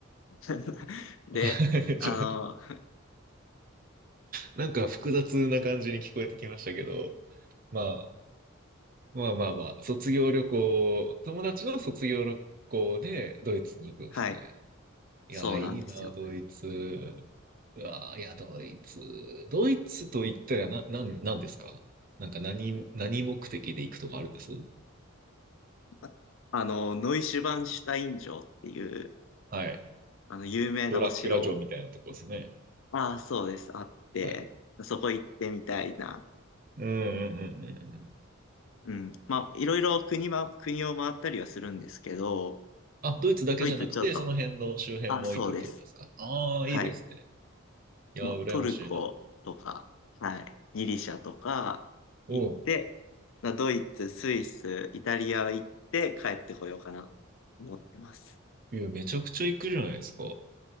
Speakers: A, on the left; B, on the right.
A: <laughs> で、
B: <laughs>
A: あの、
B: ちょなんか複雑な感じに聞こえてきましたけど、まあ、まあまあまあ、卒業旅行、友達の卒業旅行でドイツに行くんですね。
A: はい、
B: いや、
A: そうなんですよ。
B: いいな、ドイツ。うわー、いや、ドイツ。ドイツと言ったらな、なん、なんですかなんか何、何目的で行くとかあるんです
A: ああの、ノイシュバンシュタイン城っていう、
B: はい。
A: あの、有名なお城、
B: ドラキュラ城みたいなとこですね。
A: ああ、そうです、あって、
B: はい。
A: そこ行ってみたいな。
B: うんうんうんうんうん。
A: うん。まあ、いろいろ国は、国を回ったりはするんですけど、
B: あ、ドイツだけじゃなくて、
A: ドイツちょっと
B: その辺の周辺も行くってことですかああー、
A: あ、そうです。はい。
B: いいですね。いやー、
A: もうトルコとか、
B: 羨ましいな。
A: はい。ギリシャとか行って、
B: おう。
A: まあ、ドイツ、スイス、イタリア行って帰ってこようかな、思ってます。
B: いや、めちゃくちゃ行くじゃないですか。